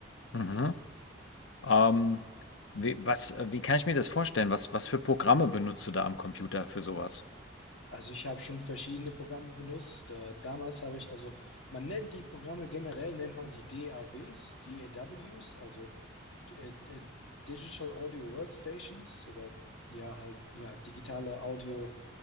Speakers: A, on the left (about 70°); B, on the left (about 80°).
A: Mhm. Ähm, wie, was, äh, wie kann ich mir das vorstellen? Was, was für Programme benutzt du da am Computer für sowas?
B: Also ich habe schon verschiedene Programme benutzt. Äh, damals habe ich, also man nennt die Programme generell, nennt man die DAWs, DAWs, also äh, äh, Digital Audio Workstations oder ja halt, ja, digitale Audio,